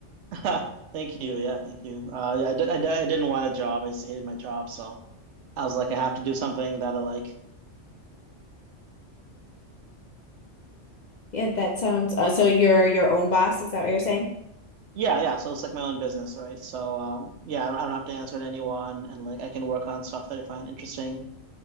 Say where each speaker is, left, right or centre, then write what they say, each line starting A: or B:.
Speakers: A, on the right (about 75°); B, on the left (about 55°).
A: <laughs> thank you. Yeah, thank you. Uh, yeah, I I I, d I didn't want a job. I just hated my job, so I was like, I have to do something that I like.
B: Yeah, that sounds uh, so you're your own boss, is that what you're saying?
A: Yeah, yeah. So it's like my own business, right? So um, yeah, I don't, I don't have to answer to anyone, and like I can work on stuff that I find interesting.